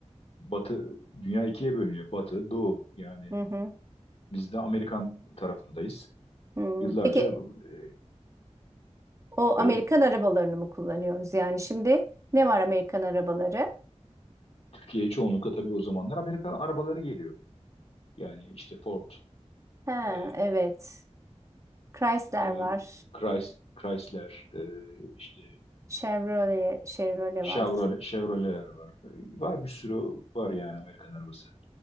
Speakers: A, on the left (about 55°); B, on the right (about 25°).
A: Batı dünya ikiye bölünüyor. Batı, Doğu yani
B: Hı hı.
A: biz de Amerikan tarafındayız.
B: hı.
A: Yıllarca
B: Peki
A: e,
B: O Amerikan
A: evet
B: arabalarını mı kullanıyoruz? Yani şimdi ne var Amerikan arabaları?
A: Türkiye'ye çoğunlukla tabii o zamanlar Amerika arabaları geliyor. Yani işte Ford,
B: He,
A: e,
B: evet. Chrysler
A: e,
B: var.
A: Chrys- Chrysler, e, işte
B: Chevrolet, Chevrolet
A: Chevrolet,
B: var.
A: Chevrolet'ler var. E, Var bir sürü var yani Amerikan arabası.